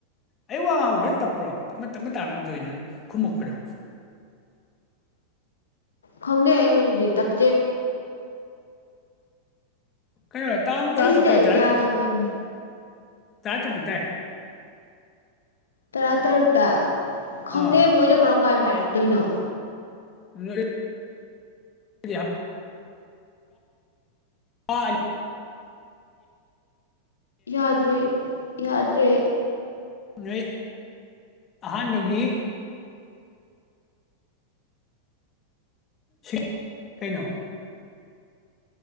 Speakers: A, on the left (about 25°); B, on the left (about 70°).
A: ꯑꯩ ꯋꯥ ꯉꯥꯡꯕ ꯈꯔ ꯇꯞꯄ꯭ꯔꯣ ꯇꯞꯅ ꯇꯞꯅ ꯇꯥꯒꯨꯝ ꯇꯧꯏꯅ ꯅꯪ ꯈꯨꯝꯃꯛꯄꯗꯣ
B: ꯈꯪꯗꯦ ꯑꯩꯉꯣꯟꯗꯗꯤ ꯇꯞꯇꯦ
A: ꯀꯩꯅꯣ ꯇꯥꯡ ꯇꯔꯥ
B: ꯑꯩꯁꯤꯗ
A: ꯇꯔꯨꯛꯇꯥ ꯇꯔꯥ
B: ꯌꯥꯗꯕꯩꯅꯦ
A: ꯇꯔꯨꯛꯇꯥ ꯇꯥꯇꯨꯛꯇ ꯇꯥꯏ
B: ꯇꯔꯥꯇꯔꯨꯛꯇ ꯈꯪꯗꯦ
A: ꯑꯥ
B: ꯕꯣꯏꯗꯣ ꯀꯔꯝ ꯀꯥꯟꯗ ꯍꯥꯏꯔꯛꯇꯣꯏꯅꯣ
A: <unintelligible> ꯗꯤ ꯍꯥꯞ ꯑꯥ
B: ꯌꯥꯗ꯭ꯔꯦ ꯌꯥꯗ꯭ꯔꯦ
A: ꯅꯣꯏ ꯑꯍꯥꯟꯕꯒꯤ ꯁꯦ ꯀꯩꯅꯣ